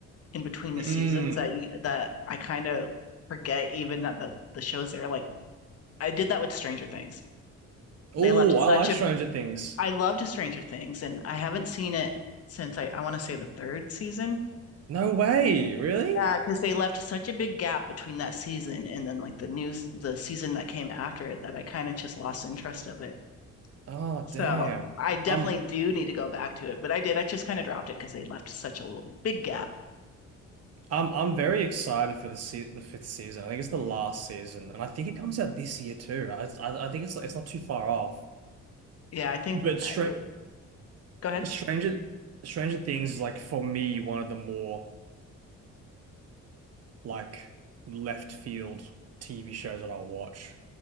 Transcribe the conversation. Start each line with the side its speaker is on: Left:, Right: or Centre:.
Left: in between the
Right: Mm.
Left: seasons that you, that I kind of forget even that the the show's there. Like I did that with Stranger Things.
Right: Oh,
Left: They left
Right: I
Left: such
Right: like
Left: a
Right: Stranger Things.
Left: I loved Stranger Things, and I haven't seen it since I I want to say the third season.
Right: No way, really?
Left: Yeah, because they left such a big gap between that season and then like the news the season that came after it that I kind of just lost interest of it.
Right: Oh,
Left: So
Right: damn.
Left: I definitely
Right: I'm
Left: do need to go back to it, but I did. I just kind of dropped it because they left such a big gap.
Right: I'm I'm very excited for the se the fifth season. I think it's the last season, and I think it comes out this year too. I I, I think it's it's not too far off.
Left: Yeah, I think.
Right: But
Left: I,
Right: Str-
Left: go ahead.
Right: Stranger Stranger Things is like for me one of the more like left field TV shows that I'll watch.